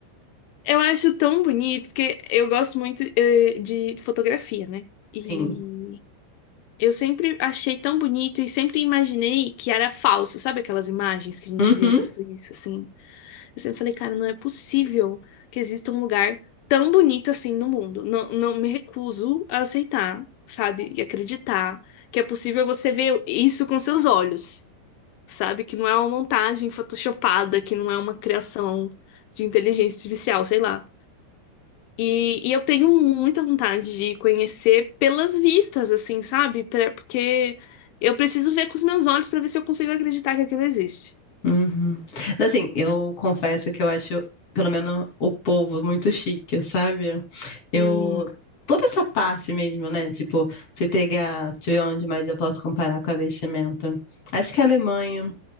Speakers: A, on the left; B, on the left.
A: Eu acho tão bonito, porque eu gosto muito, eh, de fotografia, né?
B: Sim.
A: E eu sempre achei tão bonito e sempre imaginei que era falso. Sabe aquelas imagens que a gente
B: Uhum,
A: vê da Suíça, assim? Eu sempre falei, cara, não é possível que exista um lugar tão bonito assim no mundo. Não, não me recuso a aceitar, sabe? E acreditar que é possível você ver isso com seus olhos, sabe? Que não é uma montagem photoshopada, que não é uma criação de inteligência artificial, sei lá. E, e eu tenho muita vontade de conhecer pelas vistas, assim, sabe? Pra- Porque eu preciso ver com os meus olhos para ver se eu consigo acreditar que aquilo existe.
B: uhum. Assim, eu confesso que eu acho, pelo menos, o povo muito chique, sabe? Eu.
A: Hum,
B: Toda essa parte mesmo, né? Tipo, se pegar, deixa eu ver onde mais eu posso comparar com a vestimenta. Acho que a Alemanha.